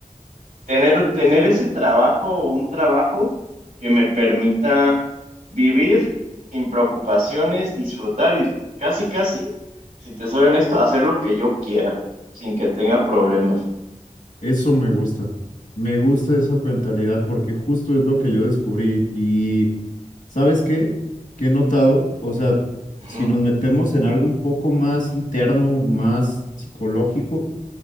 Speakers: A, on the right (about 80°); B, on the left (about 80°).
A: tener, tener ese trabajo o un trabajo que me permita vivir sin preocupaciones, disfrutar y casi, casi, si te soy honesto, hacer lo que yo quiera, sin que tenga problemas.
B: Eso me gusta. Me gusta esa mentalidad porque justo es lo que yo descubrí y ¿sabes qué? Que he notado, o sea,
A: Ujú,
B: si nos metemos en algo un poco más interno, más psicológico,